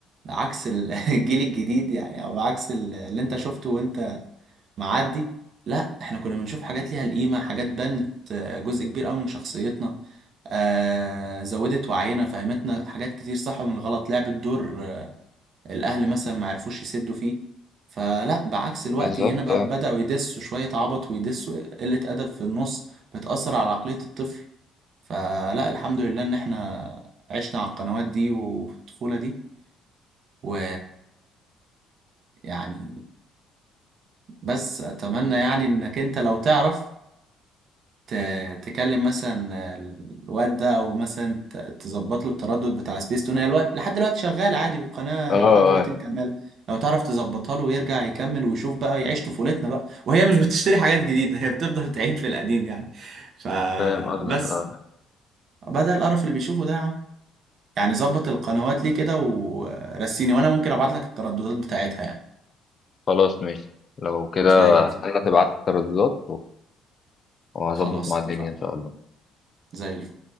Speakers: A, on the right; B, on the left.
A: عكس ال- <laughs> الجيل الجديد يعني او عكس ال- اللي انت شفته وانت معدي لا احنا كنا بنشوف حاجات ليها القيمة حاجات بنت آه، جزء كبير قوي من شخصيتنا آه زودت وعينا فهمتنا حاجات كتير صح من الغلط لعبت دور الاهل مثلا ما عرفوش يسدوا فيه فلا بعكس الوقت
B: بالظبط
A: هنا ب-
B: اه
A: بدأوا يدسوا شوية عبط ويدسوا قلة أدب في النص بتأثر على عقلية الطفل فلا الحمد لله إن إحنا عشنا على القنوات دي وفي الطفولة دي و يعني بس أتمنى يعني إنك أنت لو تعرف ت- تكلم مثلا الواد ده او مثلا ت- تظبط له التردد بتاع سبيس تون هي الوقت لحد دلوقتي شغال عادي والقناه
B: اه
A: لحد دلوقتي
B: آه،
A: مكمله لو تعرف تظبطها له ويرجع يكمل ويشوف بقى يعيش طفولتنا بقى وهي مش بتشتري حاجات جديده هي بتفضل تعيد في القديم يعني فبس
B: فاهم قصدك اه
A: بدل القرف اللي بيشوفه ده يا عم يعني ظبط القنوات ليه كده ورسيني وانا ممكن ابعت لك الترددات بتاعتها يعني
B: خلاص ماشي لو كده
A: زي الفل
B: هستنى تبعت الترددات وهظبط
A: خلاص
B: مع
A: اتفقنا
B: الدنيا إن شاء الله
A: زي الفل